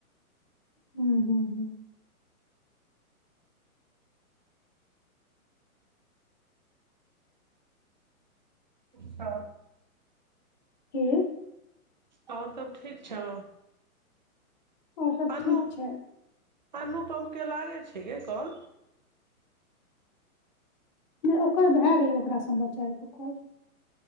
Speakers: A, on the left; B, on the right.
A: हूं हूं हूं
B: हँ
A: की
B: आउर सब ठीक छौ?
A: ओर सब
B: अनु
A: ठीक छैय।
B: अनुपम के लागय छैय गे कॉल?
A: नहि ओकर भए गेलै ओकरा से हमरा चारि गो कॉल।